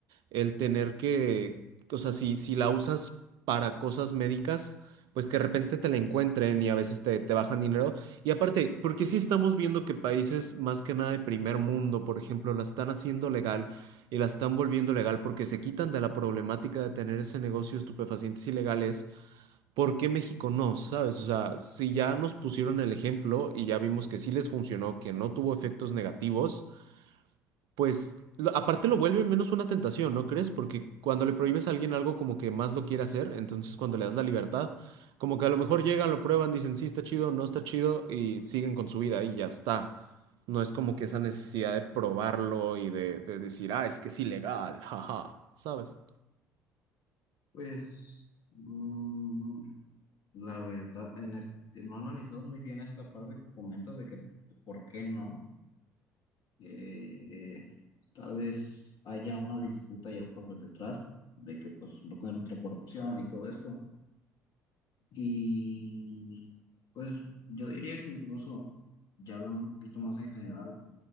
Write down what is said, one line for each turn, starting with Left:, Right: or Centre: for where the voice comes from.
Right: el tener que, o sea, si, si la usas para cosas médicas, pues que de repente te la encuentren y a veces te, te bajan dinero. Y aparte, porque sí estamos viendo que países más que nada de primer mundo, por ejemplo, la están haciendo legal y la están volviendo legal porque se quitan de la problemática de tener ese negocio de estupefacientes ilegales ¿Por qué México no? ¿Sabes? O sea, si ya nos pusieron el ejemplo y ya vimos que sí les funcionó, que no tuvo efectos negativos, pues lo- aparte lo vuelve menos una tentación, ¿no crees? Porque cuando le prohíbes a alguien algo como que más lo quiere hacer, entonces cuando le das la libertad, como que a lo mejor llegan, lo prueban, dicen sí está chido, no está chido y siguen con su vida y ya está. No es como que esa necesidad de probarlo y de, de decir, ah, es que es ilegal, <laughs> jaja, ¿sabes?
Left: Pues mm, la verdad, en este, no he analizado muy bien esta parte que comentas de que pues, por qué no. que tal vez haya una disputa ya por detrás de que pues entre corrupción y todo esto. Y pues yo diría que incluso, ya hablando un poquito más en general,